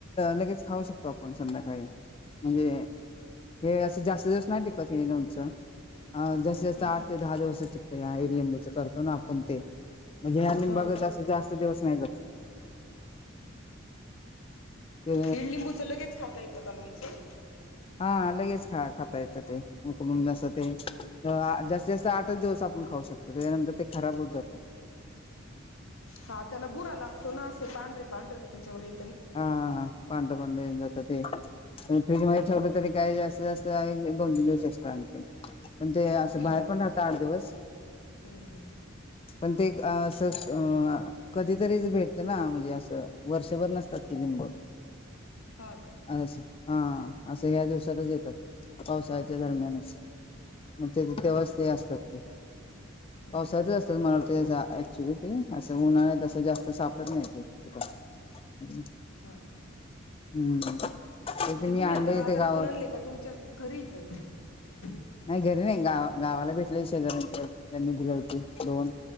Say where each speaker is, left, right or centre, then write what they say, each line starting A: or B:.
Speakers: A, on the left; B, on the left.
A: लगेच खाऊ शकतो आपण संध्याकाळी. म्हणजे हे अस जास्त दिवस नाही टिकत ये लोणच. अ जस्स जस्त
B: हम्म
A: आठ
B: हम्म
A: ते दहा दिवस टिकत या इडलिंबूच करतो ना आपण ते. म्हणजे या लिंबा
B: हा
A: बघत असत जास्त दिवस नाही जात. ते
B: ईडिलिंबूचं लगेच खाता येतं का लोंचं.
A: हा लगेच ख खाता येतं ते, उकलून जसं ते जास्तीत जास्त आठच दिवस आपण ख शकतो त्याच्यानंतर ते खराब होत जात.
B: हा त्याला बुरा लागतो ना असे पांढरे पांढरे त्याच्यावरे.
A: हा पांढर पन जात ते फ्रीज म
B: हम्म
A: ठेवलं तरी काय जास्त जास्त दोन दिन दिवस <unintelligible> पण ते अस
B: हा
A: बाहेर पण
B: का
A: राहत आठ दिवस.
B: हम्म हम्म
A: पण ते अस अ कधीतरीच भेटत ना म्हणजे असं वर्षभर नसतात. लिंब
B: हा का
A: असं हा अस ह्या दिवसातच येतात. पावसाच्या
B: हम्म
A: दरम्यानच
B: हम्म
A: मग ते तेव्हाच
B: हा का
A: ते असतात ते.
B: हम्म
A: पावसाळ्यात
B: हम्म हम्म
A: च असतात मला वाट ऍक्च्युली ती अस उन्हाळ्यात अस जास्त सापडत नाही ते.
B: ह का
A: हम्म ते
B: म्हणजे
A: ते मी
B: तुम्ही
A: आणले
B: आता
A: इथे
B: बाजारातून
A: गावात
B: आणले का तुमच्या घरी. <unintelligible>
A: नाही घरी नाही गाव गावाला भेटले शेजाऱ्यांच्या त्यांनी दिल होती दोन.